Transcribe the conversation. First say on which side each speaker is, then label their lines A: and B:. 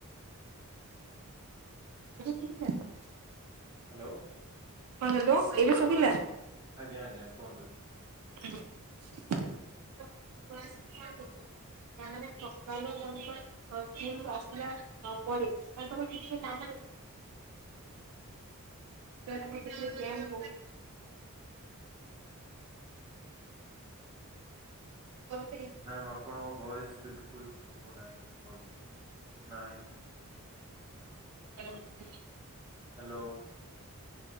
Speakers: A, on the right; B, on the right.
A: <unintelligible>
B: ହ୍ୟାଲୋ
A: ହ ହ୍ୟାଲୋ ଏବେ ଶୁଭିଲା
B: ଆଜ୍ଞ ଆଜ୍ଞା କୁହନ୍ତୁ
A: ହ୍ୟାଲୋ ତା ମାନେ ପକା <unintelligible> <unintelligible> ସ୍ ଆସିଲା ପରେ ତାଙ୍କର କିଛି କାମ <unintelligible> ଶେଷରେ ଗେମ୍ ବହୁତ୍ <unintelligible>
B: ମ୍ୟାମ ଆପଣଙ୍କ ଭଏସ ବିଲକୁଲ ଶୁଭୁ ନାହିଁ ଭଲସେ ନାଇଁ
A: କର <unintelligible>
B: ହ୍ୟାଲୋ